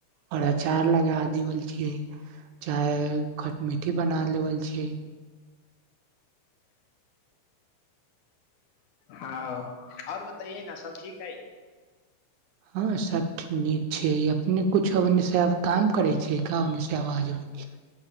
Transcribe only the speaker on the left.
हँ आओर बताइए न सब ठीक है